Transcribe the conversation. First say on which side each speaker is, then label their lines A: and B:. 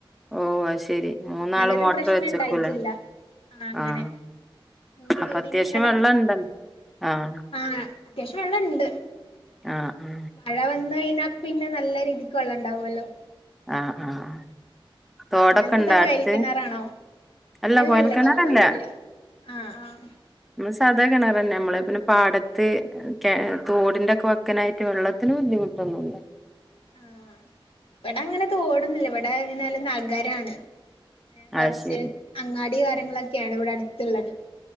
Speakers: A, in the centre; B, on the left.
A: ഓഹ് അത് ശരി മൂന്നാള്
B: ഒരു
A: മോട്ടർ
B: പ്രശ്നം
A: വെച്ചക്കൂലേ
B: ഉണ്ടായിട്ടില്ല ആ അങ്ങനെ
A: ആഹ്
B: മൂന്ന്
A: അപ്പൊ
B: വീടിന്റെ
A: അത്യാവശ്യം വെള്ളണ്ടല്ലോ ആഹ്
B: ആഹ് അത്യാവശ്യം വെള്ളംണ്ട്
A: ആഹ്
B: മഴ വന്നഴിഞ്ഞാ പിന്നെ നല്ല രീതിക്ക് വള്ളണ്ടാവൊല്ലോ
A: ആഹ് ആഹ് തോടൊക്കെ
B: ഇങ്ങൾതെന്താ
A: ഇണ്ടാ
B: കൊയൽ
A: അടുത്ത്
B: കിണറാണോ
A: അല്ല
B: അല്ലല്ല
A: കോയൽക്കിണറല്ല
B: തോടൊന്നുല്ല ആഹ് ആഹ്
A: നമ്മള് സാധാ കെണറന്നെ മ്മളെ പിന്നെ പാടത്ത് തോടിന്റൊക്കെ വക്ക്നായിട്ട് വെള്ളത്തിന് ബുദ്ധിമുട്ടൊന്നുംല്ല
B: ആ ഇവിടെ അങ്ങനെ തോടൊന്നുല്ല ഇവിടെ ഇങ്ങനെ നല്ല നഗരാണ് കൊർറച്ച്
A: അത് ശരി
B: അങ്ങാടി കാര്യങ്ങളൊക്കെയാണ് ഇവിടെ അട്ത്ത്ള്ളത്